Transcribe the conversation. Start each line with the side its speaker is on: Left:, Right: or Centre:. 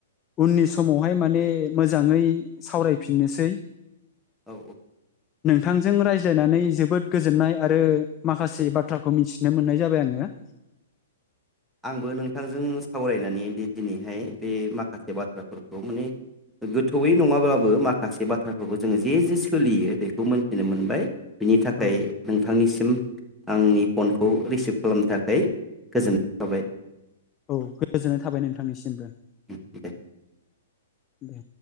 Left: उननि समाव। हाय माने मोजाङै सावरायफिननोसै।
Centre: औ औ।
Left: नोंथांजों रायज्लायनानै जोबोद गोजोननाय आरो माखासे बाथ्राखौ मिथिनो मोननाय जाबाय आङो।
Centre: आंबो नोंथांजों सावरायनानै बे दिनैहाय बे माखासे बाथ्राफोरखौ माने गोथौयै नङाब्लाबो माखासे बाथ्राफोरखौ जोङो जे जे सोलियो बेखौ मोनथिनो मोनबाय। बिनि थाखाय
Left: औ
Centre: नोंथांनिसिम। आंनि फनखौ रिसिभ खालामनो थाखाय गोजोन। जाबाय
Left: औ गोजोननाय थाबाय नोंथांनिसिमबो।
Centre: <unintelligible>
Left: दे।